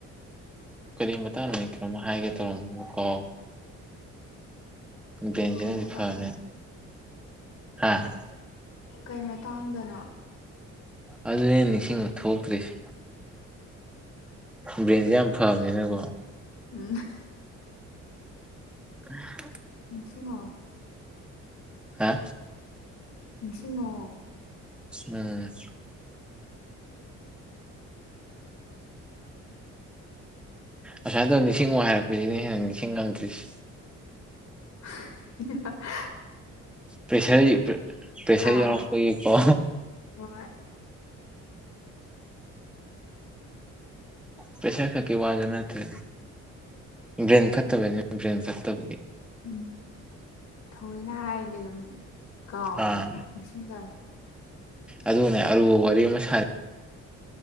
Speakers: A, in the centre; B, on the left (about 60°).
A: ꯀꯔꯤ ꯃꯇꯥꯡꯅꯣ ꯀꯝ ꯍꯥꯏꯒꯦ ꯇꯧꯔꯝꯕꯣ ꯀꯣ ꯁꯤꯐꯃꯦ
B: ꯀꯩ ꯃꯇꯥꯡ
A: ꯑ
B: ꯀꯩ ꯃꯇꯥꯡꯗꯅꯣ
A: ꯑꯗꯨꯅꯦ ꯅꯤꯡꯁꯤꯡꯕ ꯊꯣꯛꯇ꯭ꯔꯤꯁꯦ ꯕ꯭ꯔꯦꯟꯁꯦ ꯌꯥꯝ ꯐꯕꯅꯤꯅꯀꯣ
B: ꯎꯝ
A: ꯎꯝ
B: ꯅꯤꯡꯁꯤꯡꯉꯣ
A: ꯍꯥ
B: ꯅꯤꯡꯁꯤꯡꯉꯣ
A: ꯎꯝ ꯑꯁꯨꯃꯥꯏꯅ ꯇꯧ ꯅꯤꯡꯁꯤꯡ ꯋꯥꯏ ꯍꯥꯏꯔꯛꯄꯁꯤꯅꯤ ꯍꯦꯟꯅ ꯅꯤꯡꯁꯤꯡꯉꯝꯗ꯭ꯔꯤꯁꯤ
B: <inaudible>
A: ꯄ꯭ꯔꯦꯁꯔ ꯄ꯭ꯔꯦꯁꯔ
B: ꯑꯥ
A: ꯌꯥꯎꯔꯛꯄꯒꯤ ꯄ
B: ꯍꯣꯏ
A: ꯄꯩꯁꯥ ꯈꯀꯤ ꯋꯥꯒꯦ ꯅꯠꯇ ꯔꯦꯟ ꯐꯠꯇꯕꯅꯤ ꯒ꯭ꯔꯦꯟ ꯐꯠꯇꯕꯒꯤ
B: ꯎꯝ ꯊꯑꯣꯏꯅ ꯍꯥꯏꯔꯗꯤ ꯑꯗꯨꯝ ꯀꯥꯎꯕꯅꯤ
A: ꯑꯥ
B: ꯑꯁꯨ ꯇ
A: ꯑꯗꯨꯅꯦ ꯑꯔꯨꯕ ꯋꯥꯔꯤ ꯑꯃ ꯁꯥꯔꯤ